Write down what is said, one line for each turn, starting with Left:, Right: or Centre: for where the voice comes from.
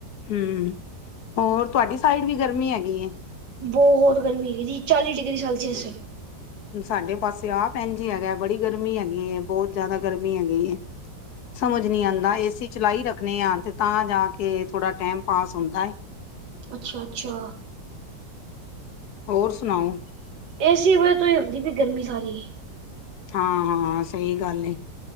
Left: ਹੂੰ। ਹੋਰ ਤੁਹਾਡੀ ਸਾਈਡ ਵੀ ਗਰਮੀ ਹੈਗੀ ਏ?
Right: ਬੋਹਤ ਗਰਮੀ ਹੈਗੀ ਜੀ। ਚਾਲੀ ਡਿਗਰੀ ਸੈਲਸੀਅਸ।
Left: ਸਾਡੇ ਪਾਸੇ ਆਪ ਐਂਜ ਈ ਹੈਗਾ ਐ। ਬੜੀ ਗਰਮੀ ਹੈਗੀ। ਬੋਤ ਜਾਦਾ ਗਰਮੀ ਹੈਗੀ। ਸਮਝ ਨੀ ਆਂਦਾ। ਏ ਸੀ ਚਲਾਈ ਰੱਖਣੇ ਆਂ ਤੇ ਤਾਂ ਜਾ ਕੇ ਥੋੜ੍ਹਾ ਟਾਈਮ ਪਾਸ ਹੁੰਦਾ ਏ।
Right: ਅੱਛਾ ਅੱਛਾ।
Left: ਹੋਰ ਸੁਣਾਓ।
Right: ਏਸੀ ਵਜੇ ਤੋਂ ਹੀ ਹੁੰਦੀ ਪੀ ਗਰਮੀ ਸਾਰੀ।
Left: ਹਾਂ ਹਾਂ ਸਹੀ ਗੱਲ ਏ।